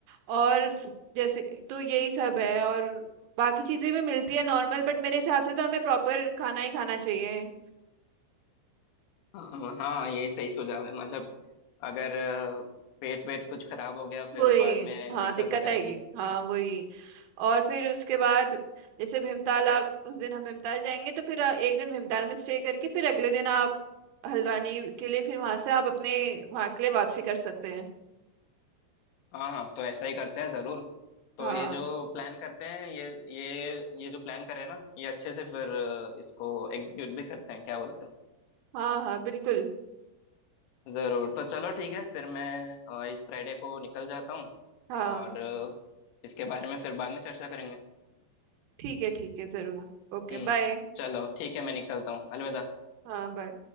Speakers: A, on the right (about 75°); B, on the left (about 85°).
A: और स- जैसे तो यही सब है और बाकी चीजें भी मिलती है नॉर्मल बट मेरे हिसाब से तो हमें प्रॉपर खाना ही खाना चाहिए
B: हाँ हाँ ये सही सुझाव है मतलब अगर अ, पेट वेट कुछ खराब हो गया फिर
A: वही
B: बाद में
A: हाँ
B: दिक्कत
A: दिक्कत
B: हो जाएगी
A: आएगी हाँ वही और फिर उसके बाद जैसे भीमताल आप उस दिन हम भीमताल जाएंगे तो फिर आ, एक दिन भीमताल में स्टे करके फिर अगले दिन आप हल्द्वानी के लिए फिर वहां से आप अपने वहां के लिए वापसी कर सकते हैं
B: हाँ हाँ तो ऐसा ही करते हैं जरूर तो
A: हाँ
B: ये जो प्लान करते हैं ये ये ये जो प्लान करें ना ये अच्छे से फिर अ, इसको एग्जीक्यूट भी करते हैं क्या बोलते हैं
A: हाँ हाँ बिल्कुल
B: जरूर तो चलो ठीक है फिर मैं अ, इस फ्राइडे को निकल जाता हूँ
A: हाँ
B: और अ, इसके बारे में फिर बाद में चर्चा करेंगे
A: ठीक है ठीक है जरूर Okay
B: हम्म
A: bye
B: चलो ठीक है मैं निकलता हूँ अलविदा
A: हाँ बाय